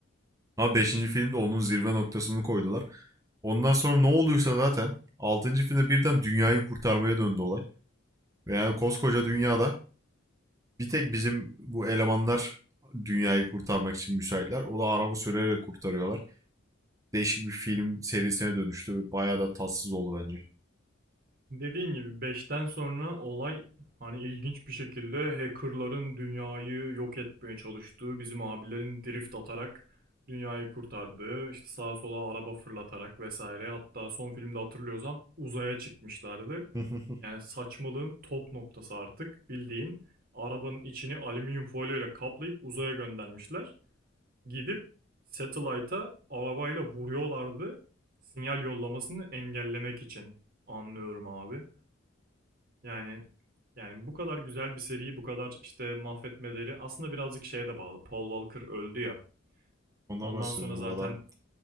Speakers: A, on the right; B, on the right.
A: Ama beşinci filmde onun zirve noktasını koydular. Ondan sonra ne olduysa zaten altıncı filmde birden dünyayı kurtarmaya döndü olay. Ve yani koskoca dünyada bir tek bizim bu elemanlar dünyayı kurtarmak için müsaitler. O da araba sürerek kurtarıyorlar. Değişik bir film serisine dönüştü ve bayağı da tatsız oldu bence.
B: Dediğin gibi beşten sonra olay hani ilginç bir şekilde hackerların dünyayı yok etmeye çalıştığı, bizim abilerin drift atarak dünyayı kurtardığı, işte sağa sola araba fırlatarak vesaire. Hatta son filmde hatırlıyorsan uzaya çıkmışlardı.
A: <laughs>
B: Yani saçmalığın top noktası artık bildiğin arabanın içini alüminyum folyo ile kaplayıp uzaya göndermişler. Gidip satellite'a arabayla vuruyorlardı sinyal yollamasını engellemek için. Anlıyorum abi. Yani yani bu kadar güzel bir seriyi bu kadar işte mahvetmeleri aslında birazcık şeye de bağlı. Paul Walker öldü ya.
A: Ondan
B: Ondan
A: bahsediyorum
B: sonra zaten
A: bu adam.